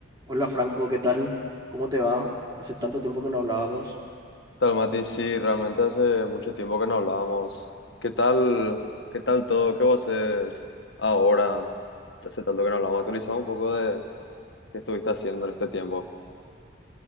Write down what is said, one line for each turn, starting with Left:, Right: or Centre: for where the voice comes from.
Right: Hola Franco, ¿qué tal? ¿Cómo te va? Hace tanto tiempo que no hablábamos.
Left: Tal Mati, sí, realmente hace mucho tiempo que no hablábamos. ¿Qué tal? ¿Qué tal todo? ¿Qué vos haces ahora? Hace tanto que no hablamos. Actualizado un poco de qué estuviste haciendo en este tiempo.